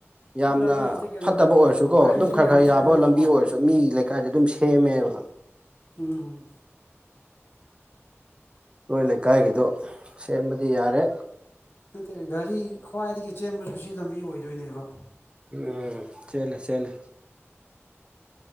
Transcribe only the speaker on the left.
ꯁꯤ
ꯂꯝꯕꯤꯁꯤꯗꯤ ꯀꯩꯅꯣꯅꯦꯕ
ꯒꯥꯔꯤꯁꯨ
ꯌꯥꯝ
ꯆꯦꯜꯂꯦꯕꯀꯣ
ꯎꯝ
ꯅꯠꯇꯦ ꯒꯥꯔꯤ ꯈ꯭ꯋꯥꯏꯗꯒꯤ ꯆꯦꯟꯕꯁꯨ ꯁꯤ ꯂꯝꯕꯤ ꯑꯣꯏꯗꯣꯏꯅꯦꯕ